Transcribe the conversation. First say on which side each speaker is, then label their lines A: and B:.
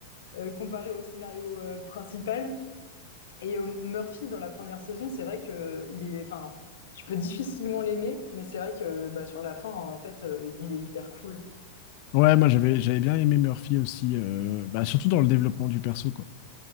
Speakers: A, on the left; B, on the left.
A: euh, comparé au scénario euh, principal. Et euh, Murphy dans la première saison c'est vrai que il est enfin tu peux difficilement l'aimer, mais c'est vrai que bah, sur la fin en fait euh, il est hyper cool.
B: Ouais, moi j'avais j'avais bien aimé Murphy aussi, euh, bah, surtout dans le développement du perso, quoi.